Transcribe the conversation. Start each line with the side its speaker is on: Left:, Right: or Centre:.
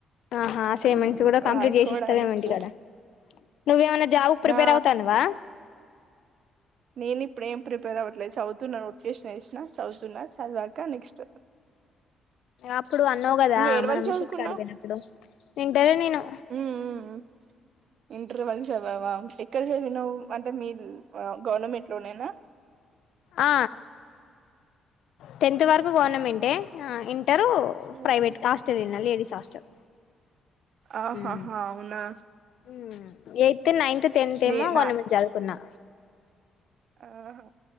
Left: ఆహా అసైన్మెంట్స్
Right: ఉమ్,
Left: కూడా కంప్లీట్
Right: రాసుకోవడానికి
Left: చేసిస్తవేమో ఇంటికాడ, నువ్వేమన్నా జాబ్ కు ప్రిపేర్
Right: ఆ
Left: అవుతాన్నవా?
Right: నేను ఇప్పుడు ఏం ప్రిపేర్ అవ్వట్లేదు, చదుతున్నా నోటిఫికేషన్ వేసినా చదువుతున్నా చదివాక నెక్స్ట్
Left: అప్పుడు అన్నావు కదా
Right: నువ్వు ఏడవరకు
Left: మనం
Right: చదువుకున్నవు
Left: మిషన్ కాడికి పోయినప్పుడు వింటలే నేను
Right: ఉమ్ ఉమ్ ఇంటర్ వరకి చదివావా, ఎక్కడ చదివినవ్ అంటే మీ వావ్ గవర్నమెంట్ లోనేనా
Left: ఆ టెన్త్
Right: ఉమ్,
Left: వరకు గవర్నమెంటే, ఆ ఇంటరు
Right: ఉమ్,
Left: ప్రైవేట్
Right: ఉమ్.
Left: హాస్టల్ ఎళ్లిన లేడీస్ హాస్టల్.
Right: ఆహాహా
Left: ఉమ్
Right: అవునా
Left: ఉమ్ ఎయిత్ నైన్త్ టెన్త్
Right: నే
Left: ఏమో గవర్నమెంట్
Right: నా
Left: చదువుకున్నా.
Right: ఆహా